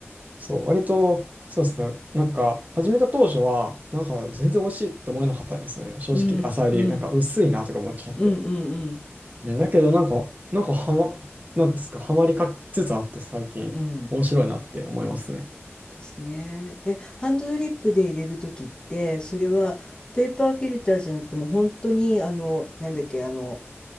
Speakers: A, on the right; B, on the left.
A: そう割とそうですねなんか始めた当初はなんか全然美味しいと思えなかったんですよね正直浅煎りなんか薄いなとか思っちゃって
B: い。うん、うん、うん、うん、うん、
A: ねだけどなんか、なんかはま、なんですか、はまりかつつあって最近面白いなって思いますね。
B: うん。ですね。え、ハンドドリップで入れるときって、それはペーパーフィルターじゃなくてもう本当にあの、なんだっけ、あの、